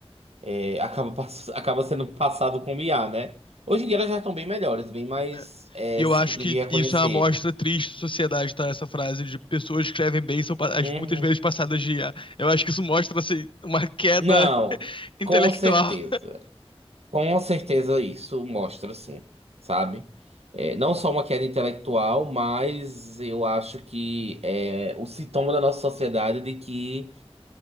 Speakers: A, on the right; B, on the left.
A: é, acaba, pass- <laughs> acaba sendo passado como IA, né? Hoje em dia elas já estão bem melhores, bem mais
B: É.
A: é,
B: E eu
A: simples
B: acho que
A: de reconhecer.
B: isso é uma amostra triste da sociedade, tá? Essa frase de pessoas que escrevem bem são pa- as-
A: Uhum.
B: muitas vezes passadas de IA. Eu acho que isso mostra, assim, uma queda
A: Não,
B: <laughs> intelectual.
A: com certeza. Com certeza isso mostra, sim, sabe? É, não só uma queda intelectual, mas eu acho que é o sintoma da nossa sociedade de que